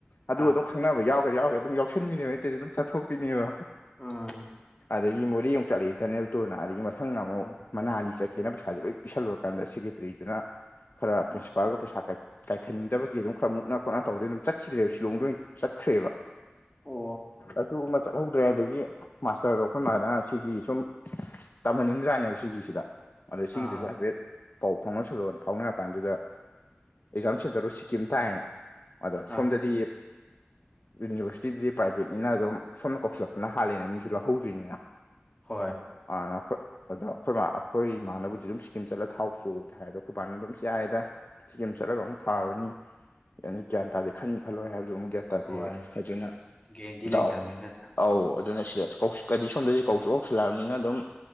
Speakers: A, on the left; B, on the left.
A: ꯑꯗꯨꯒ
B: ꯑꯥ
A: ꯑꯗꯨꯝ ꯈꯪꯅꯕ ꯌꯥꯎꯒꯦꯔ ꯌꯥꯎꯔꯣꯢꯔ ꯑꯗꯨꯝ ꯌꯥꯎꯁꯟꯕꯤꯅꯦꯕ ꯑꯩ ꯇꯧꯔꯤꯁꯦ ꯑꯗꯨꯝ ꯆꯠꯊꯣꯛꯄꯤꯅꯦꯕ
B: ꯑꯝ
A: ꯑꯗꯒꯤ ꯃꯣꯔꯦ ꯑꯃꯨꯛ ꯆꯠꯂꯦ ꯏꯟꯇꯔꯅꯦꯜ ꯇꯨꯔ ꯑꯗꯒꯤ ꯃꯊꯪ ꯑꯃꯨꯛ
B: ꯑꯥ
A: ꯃꯅꯥꯂꯤ ꯆꯠꯈꯤ ꯁꯤꯅ ꯄꯩꯁꯥꯁꯦ ꯂꯣꯏ ꯄꯤꯁꯜꯂꯨꯔꯀꯥꯟꯗ ꯁꯦꯀꯦꯇ꯭ꯔꯤꯗꯨꯅ ꯈꯔ ꯄ꯭ꯔꯤꯟꯁꯤꯄꯥꯜꯒ
B: ꯑꯥ
A: ꯄꯩꯁꯥ ꯀ ꯀꯥꯏꯊꯟꯅꯤꯡꯗꯕꯒꯤ ꯑꯗꯨꯝ ꯈꯔ ꯃꯨꯛꯅ ꯈꯣꯠꯅ ꯇꯧꯔꯦ ꯑꯗꯨꯝ ꯆꯠꯈꯤꯗ꯭ꯔꯦꯕ ꯁꯤꯜꯂꯣꯡꯗ ꯑꯣꯏꯅ ꯆꯠꯈ꯭ꯔꯦꯕ
B: ꯑꯣ
A: ꯑꯗꯨ ꯑꯃꯥ ꯆꯠꯍꯧꯗ꯭ꯔꯦ ꯑꯗꯒꯤ ꯃꯥꯁꯇꯔꯗꯣ ꯑꯩꯈꯣꯏ ꯃꯗꯥ ꯍꯥꯏꯔꯥ ꯁꯤꯒꯤ ꯁꯨꯝ ꯇꯝꯍꯟꯅꯤꯡꯕꯖꯥꯠꯅꯦꯕ ꯁꯤꯒꯤꯁꯤꯗ ꯑꯗꯥ ꯁꯤꯒꯤꯗꯨꯁꯨ
B: ꯑꯥ
A: ꯍꯥꯏꯐꯦꯠ ꯄꯥꯎ ꯐꯥꯎꯅꯁꯜꯂꯣ ꯐꯥꯎꯅꯔ ꯀꯥꯟꯗꯨꯗ ꯑꯦꯛꯖꯥꯝ ꯁꯦꯟꯇꯔꯗꯣ ꯁꯤꯀꯤꯝ ꯇꯥꯏꯌꯦꯅ ꯑꯗ ꯁꯣꯝꯗꯗꯤ
B: ꯑꯥ
A: ꯗꯤꯂꯤ ꯌꯨꯅꯤꯕꯔꯁꯤꯇꯤꯗꯨꯗꯤ ꯄ꯭ꯔꯥꯏꯕꯦꯠꯅꯤꯅ ꯑꯗꯨꯝ ꯁꯣꯝꯗ ꯀꯧꯁꯤꯜꯂꯛꯄꯅ ꯍꯥꯜꯂꯦꯅ ꯃꯤꯁꯨ ꯂꯧꯍꯧꯗꯣꯏꯅꯤꯅ
B: ꯍꯣꯏ
A: <unintelligible> ꯑꯗꯣ ꯑꯩꯈꯣꯏꯕ ꯑꯩꯈꯣꯏ ꯏꯃꯥꯅꯕꯨꯗꯤ ꯑꯗꯨꯝ ꯁꯤꯀꯤꯝ ꯆꯠꯂ ꯊꯥꯎꯆꯣꯕꯨꯗꯤ ꯍꯥꯏꯕꯀꯣ ꯑꯩꯈꯣꯏꯕꯥꯅ ꯑꯗꯨꯝ ꯌꯥꯔꯦꯗ ꯁꯤꯀꯤꯝ ꯆꯠꯂꯒ ꯑꯃꯨꯛ ꯊꯥꯔꯨꯅꯤ ꯌꯥꯅꯤ ꯒ꯭ꯌꯥꯟ ꯇꯥꯗꯦ ꯈꯜꯅꯤ ꯈꯜꯂꯣꯏ ꯍꯥꯏꯕꯁꯨ ꯑꯃꯨꯛ ꯒ꯭ꯌꯥꯟ ꯇꯥꯗꯦ
B: ꯍꯣꯏ
A: ꯑꯗꯨꯅ
B: ꯒꯦꯔꯦꯟꯇꯤ ꯂꯩꯇꯕꯅꯤꯅ
A: ꯗꯥꯎ ꯑꯧ ꯑꯗꯨꯅ ꯁꯤꯗ ꯀꯧꯁꯤꯡ ꯀꯔꯤ ꯁꯣꯝꯗꯁꯨ ꯀꯧꯆꫭ ꯁꯤꯡꯂꯛꯑꯕꯅꯤꯅ ꯑꯗꯨꯝ